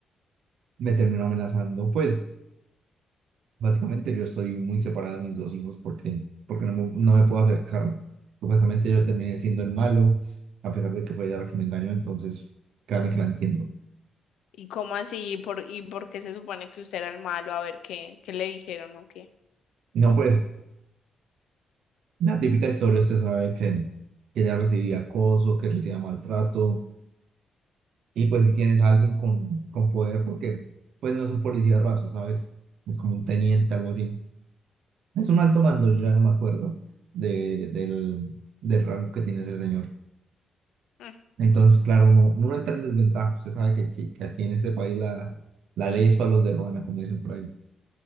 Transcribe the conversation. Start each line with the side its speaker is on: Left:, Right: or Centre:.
Right: Me terminó amenazando, pues, básicamente yo estoy muy separado de mis dos hijos porque, porque no me, no me puedo acercar. Supuestamente yo terminé siendo el malo, a pesar de que fue ella la que me engañó, entonces, créame que la entiendo.
Left: ¿Y cómo así? ¿Y por, y por qué se supone que usted era el malo? A ver, ¿qué, qué le dijeron o qué?
Right: No, pues, la típica historia, usted sabe que, que ella recibía acoso, que recibía maltrato Y pues si tienes a alguien con, con poder, porque pues no es un policía raso, ¿sabes? Es como un teniente, algo así. Es un alto mando, yo ya no me acuerdo de, del, del rango que tiene ese señor.
Left: Mm.
Right: Entonces, claro, uno, uno entra en desventaja. Usted sabe que, que- que aquí en este país la, la ley es para los de ruana, como dicen por ahí.